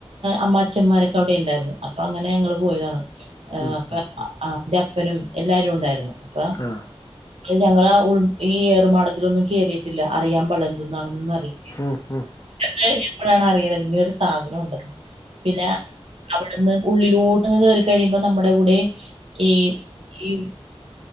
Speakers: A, on the right; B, on the left.
A: അമ്മാച്ചന്മാരൊക്കെ അവിടെ ഉണ്ടായിരുന്നു അപ്പൊ അങ്ങനെ ഞങ്ങള്ൾ പോയതാണ്
B: ഉം
A: അപ്പൊ
B: ഉം ഉം
A: എന്റെ അപ്പനും എല്ലാരും ഉണ്ടായിരുന്നു അപ്പൊ
B: ആ
A: ഞങ്ങള ആ ഉ ഈ ഏറുമാടത്തിലൊന്നും ക കേറിയിട്ടില്ല അറിയാൻ പാടില്ല എന്തൊന്നാണ അറാം
B: ഉം ഉം
A: കഴിഞ്ഞ എപ്പോഴാണ് അറിയണത് ഇങ്ങനെരു സാധനം ഉണ്ടെന്ന് പിന്നെ അവിടെന്ന് ഉള്ളിലോട്ടന്ന് കേയറി കഴിയുമ്പോ നമ്മുടെ കൂടെ ഈ ഈ